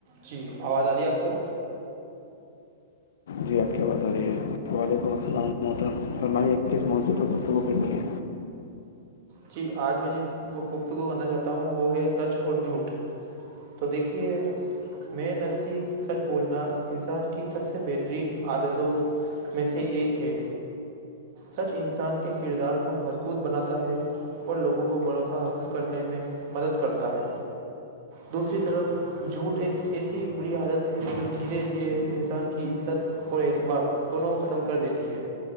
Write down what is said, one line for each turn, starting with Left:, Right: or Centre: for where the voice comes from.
Right: جی آواز آ رہی ہے آپ کو
Left: جی آپ کی بات ہو رہی ہے وعلیکم السلام ورحمۃ اللہ فرمائیے کس موصوور پر دستوں کوو کرنی ہے
Right: جی آج میں جس گفت کو کرنا چاہتا ہوں وہ ہے سچ اور جھوٹ تو دیکھیے میرے نزدیک سچ بولنا انسان کی سب سے بہترین عادتوں میں سے ایک ہے سچ انسان کے کردار کو مضبوط بناتا ہے اور لوگوں کو بھروسہ حاصل کرنے میں مدد کرتا ہے دوسری طرف جھوٹ ایک ایسی بری عادت ہے جو دھیرے دھیرے انسان کی عزت اور اعتبار دونوں کو ختم کر دیتی ہے